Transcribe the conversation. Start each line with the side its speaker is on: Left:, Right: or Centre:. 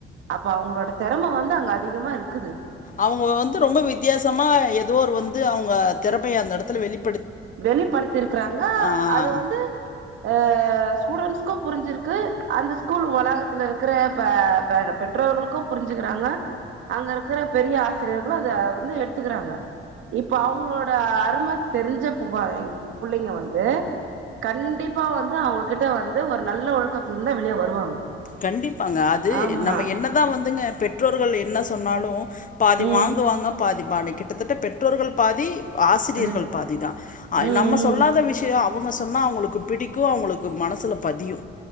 Right: அப்ப அவங்களோட தெரம வந்து அங்க அதிகமா இருக்குது.
Left: அவுங்க வந்து ரொம்ப வித்தியாசமா எதோ ஒரு வந்து அவுங்க திறப்பைய அந்த எடத்துல வெளிப்
Right: வெளிப்படுத்திருக்கிறாங்க
Left: ஆ
Right: அது வந்து. அ ஸ்டூடெண்ட்ஸ்கு புரிஞ்சிருக்கு அந்த ஸ்கூல் வளாகத்துல இருக்கிற ப கர பெற்றோர்களுக்கு புரிஞ்சுக்கிறாங்க அங்க இருக்கிற பெரிய ஆசிரியர்களு அத வந்து எடுத்துக்கறாங்க. இப்ப அவங்களோட அரும தெரிஞ்ச ப புள்ளைங்க வந்து. கண்டிப்பா வந்து அவங்ககிட்ட வந்து ஒரு நல்ல ஒழுக்கத்துலருந்து வெளிய வருவாங்க.
Left: கண்டிப்பாங்க அது
Right: ஆமா
Left: நம்ம என்னதா வந்துங்க பெற்றோர்கள் என்ன சொன்னாலு பாதி
Right: ம்
Left: வாங்குவாங்க பாதி வா கிட்டத்தட்ட பெற்றோர்கள் பாதி ஆசிரியர்கள்
Right: ம்
Left: பாதிதா ஆ
Right: ம்
Left: நம்ம
Right: ம்
Left: சொல்லாத விஷயோ அவுங்க சொன்னா அவுங்களுக்கு பிடிக்கு அவுங்களுக்கு மனசுல பதியு